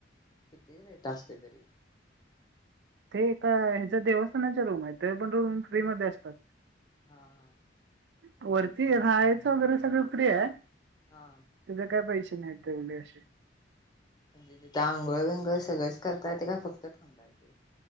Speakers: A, on the left; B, on the right.
A: किती रेट असते तरी
B: ते एका ह्याच्या देवस्थानाच्या रूम आहे ते पण रूम फ्री म असतात
A: हा हा
B: वरती राहायचं वगैरे सगळं क आहे
A: हा
B: तिथे काय पैसे नाहीवढे असशी
A: म्हणजे जथ आंघोळ विंगळ सगळेंच करता येत का फक्त थांबायचे